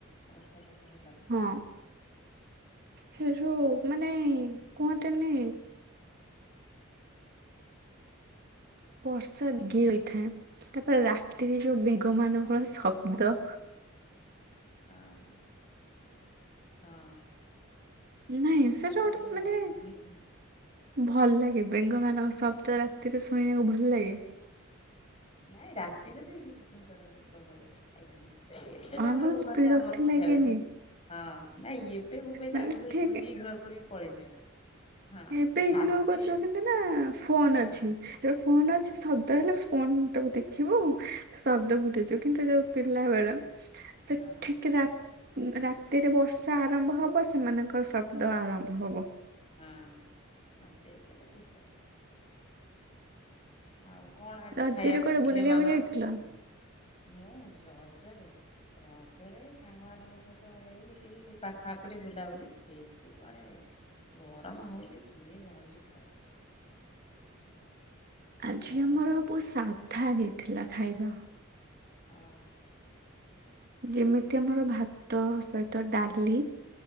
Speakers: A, on the left (about 30°); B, on the right (about 45°).
A: ବର୍ଷା ଫର୍ଷା ହେଲାଗ
B: ହଁ ସେ ଯୋଉ ମାନେ କୁହନ୍ତିନି ବର୍ଷାି ଗି ରହିଥାଏ ତାପରେ ରାତିରେ ଯୋଉ ବେଗ ମାନଙ୍କର
A: ହଁ
B: ଶବ୍ଦ
A: ହଁ ହଁ।
B: ନାଇଁ ସେଟା
A: ଭଲ
B: ଗୋଟେ
A: ଲାଗେ
B: ମାନେ
A: ଆଉ ହୁଁ ହୁଁ
B: ଭଲ ଲାଗେ ବେଙ୍ଗ ମାନଙ୍କ ଶବ୍ଦ ରାତିରେ ଶୁଣିବାକୁ ଭଲ ଲାଗେ।
A: ନାଇଁ ରାତିରେ ତ ଇରିଟିଟିଙ୍ଗ କରନ୍ତି ସବୁବେଳେ ଆ ଏ ଏ ଏତେ
B: ହଁ
A: ତାଙ୍କର
B: ବହୁତ
A: ବୋବାନ୍ତି
B: ବିରକ୍ତି
A: ଆମର କଣ
B: ଲାଗେନି
A: ଯାଉଚି। ହଁ ନାଇଁ ଏବେ ବୋବେଇଲେ
B: ମାନେ
A: ଆମେ ତା
B: ଠିକ
A: ଶୁଣିକି ଇଗ୍ନୋର କରିକି ପଳେଇଯିବା। ହଁ
B: ଏବେ ଇଗ୍ନୋର
A: ରାତିରେ
B: କରିଛନ୍ତି ନା ଫୋନ୍ ଅଛି?
A: ହଁ
B: ଯୋଉ ଫୋନ ଅଛି ଶବ୍ଦ ହେଲେ ଫୋନ ଟାକୁ ଦେଖିବୁ ଶବ୍ଦ ଭୁଲିଯିବୁ। କିନ୍ତୁ ଯୋଉ ପିଲା ବେଳ ସେ
A: ହଁ
B: ଠିକ ରା ଉଁ ରାତିରେ ବର୍ଷା ଆରମ୍ଭ ହବ ସେମାନଙ୍କର ଶବ୍ଦ ଆରମ୍ଭ ହବ।
A: ହଁ ଆ ସେଇଟା ତ ଠିକ କଥା। ଆଉ କଣ ଆଜି
B: ରଜରେ
A: ଖାଇବା
B: କୁଆଡେ
A: କରିଥିଲେ
B: ବୁଲିବାକୁ
A: ମାମା
B: ଯାଇଥିଲ?
A: ମୁଁ ରଜରେ ରଜରେ ଏଇ ସାଙ୍ଗମାନଙ୍କ ସହିତ ଏଇଠିକି ପାଖ ଆଖ ଟିକେ ବୁଲାବୁଲି ବେଶୀ କୁଆଡେ ଗରମ ହୋଉଚି କିଏ ଯାଉଚି କୁଆଡେ।
B: ଆଜି
A: ଗରମରେ
B: ଆମର ବୋ ଉ ସାଧା ହେଇଥିଲା ଖାଇବା।
A: ଓହୋ।
B: ଯେମିତି ଆମର ଭାତ ସହିତ ଡାଲି